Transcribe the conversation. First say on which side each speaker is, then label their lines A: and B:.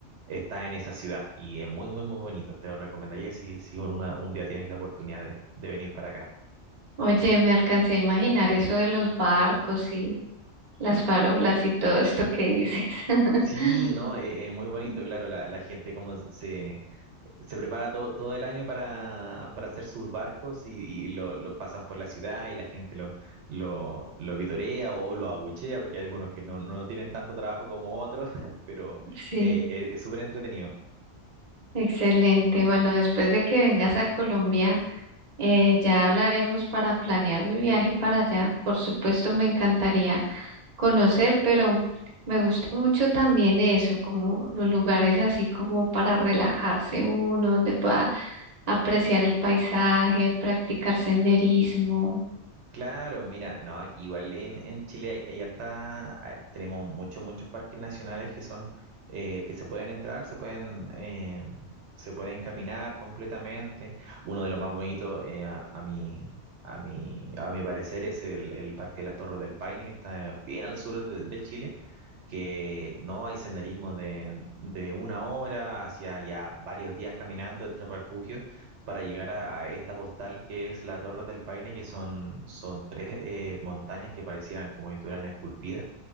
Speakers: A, on the right; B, on the right.
A: está en esa ciudad y es muy, muy, muy bonito, te lo recomendaría si, si una- un día tienes la oportunidad de, de venir para acá.
B: Oye, me alcancé a imaginar eso de los barcos y las farolas y todo esto que dices. <laughs>
A: Sí, no, eh, eh, muy bonito, claro, la, la gente como se, se prepara todo, todo el año para, para hacer sus barcos y, y lo, lo pasan por la ciudad y la gente lo, lo, lo vitorea o lo abuchea, porque hay algunos que no, no tienen tanto trabajo como otros, <laughs> pero
B: Sí,
A: eh, eh, es súper entretenido.
B: excelente. Bueno, después de que vengas a Colombia, eh, ya hablaremos para planear mi viaje para allá. Por supuesto, me encantaría. conocer, pero me gusta mucho también eso, como los lugares así como para relajarse uno, donde pueda apreciar el paisaje, practicar senderismo.
A: Claro, mira, no, aquí igual en, en Chile hay, hay harta, ah, tenemos muchos, muchos parques nacionales que son, eh, que se pueden entrar, se pueden, eh, se pueden caminar completamente. Uno de los más bonitos, eh, a, a mi, a mi, a mi parecer, es el, el Parque de las Torres del Paine, que está bien al sur de, de Chile, que no hay senderismo de, de una hora hacia ya varios días caminando entre refugios para llegar a, a esta postal que es la Torre del Paine, que son, son tres eh, montañas que parecieran como si estuvieran esculpidas